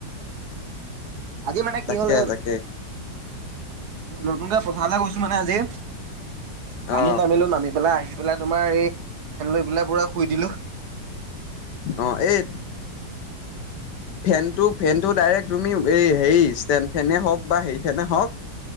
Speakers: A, on the right (about 65°); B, on the left (about 70°).
A: আজি মানে কি
B: তাকে
A: হ'ল এ,
B: তাকে
A: নতুনকে পথাৰলে গৈছোঁ মানে আজি পানীত
B: অ
A: নামিলো নামি পেলাই আহি পেলাই তোমাৰ এই খেলৈ বিলা পুৰা শুই দিলোঁ।
B: অ' এই ফেনটো ফেনটো ডাইৰেক্ট তুমি এই হেৰি ষ্টেণ্ড ফেনে হওক বা হে ফেনে হওক